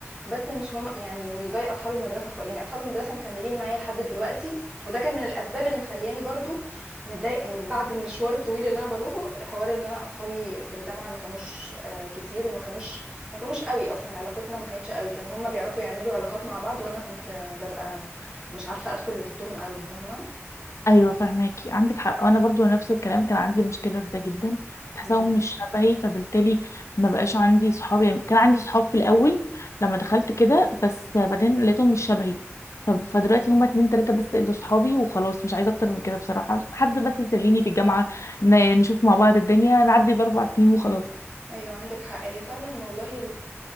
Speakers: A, on the right; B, on the left.
A: بس مش هم يعني مش زي اصحاب المدرسه خالص يعني اصحاب المدرسه مكملين معايا لحد دلوقتي وده كان من الاسباب اللي مخلياني برضو متضايق من- بعد المشوار الطويل اللي انا بروحه حوار ان انا اصحابي في الجامعه ما كانوش آه، كتير وما كانوش ما كانوش قوي اصلا علاقتنا ما كانتش قوي كانوا هم بيعرفوا يعملوا علاقات مع بعض وانا كنت آه، ببقى مش عارفه ادخل وسطهم قوي فاهمه
B: ايوه فهماكي عندك حق وانا برضو نفس الكلام كان عندي مشكله في ده جدا تحسهم
A: مم.
B: مش شبهي فبالتالي ما بقاش عندي صحاب يعني كان عندي صحاب في الاول لما دخلت كده بس بعدين لقيتهم مش شبهي ف- فدلوقتي هما اتنين تلاته بس اللي صحابي وخلاص مش عايزه اكتر من كده بصراحه حد بس يسليني في الجامعه ن- نشوف مع بعض الدنيا نعدي الاربع سنين وخلاص
A: ايوه عندك حق هي فعلا والله